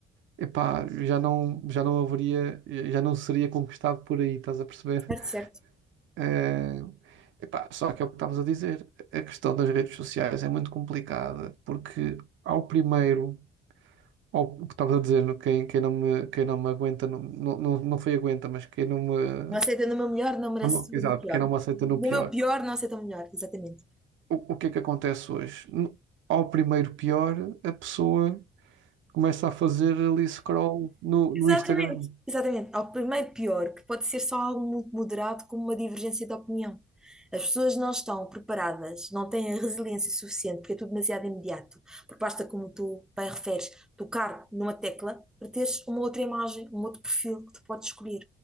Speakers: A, on the right; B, in the centre.
A: epá, já não, já não haveria, já não seria conquistado por aí, estás a perceber?
B: Certo, certo.
A: Eh, epá, só que é o que estavas a dizer, a questão das redes sociais é muito complicada, porque ao primeiro, ao, o que estavas a dizer, no quem, quem não me, quem não me aguenta, no- não, não, não foi aguenta, mas quem não me,
B: Não aceita no meu melhor, não merece
A: não me- exato,
B: no pior.
A: quem não me aceita
B: No
A: no pior.
B: meu pior, não aceita o melhor, exatamente.
A: O, o que é que acontece hoje? No- ao primeiro pior, a pessoa começa a fazer ali scroll no,
B: Exatamente,
A: no Instagram.
B: exatamente. Ao primeiro pior, que pode ser só algo muito moderado, como uma divergência de opinião. As pessoas não estão preparadas, não têm a resiliência suficiente, porque é tudo demasiado imediato. Porque basta, como tu bem referes, tocar numa tecla para teres uma outra imagem, um outro perfil que tu podes escolher.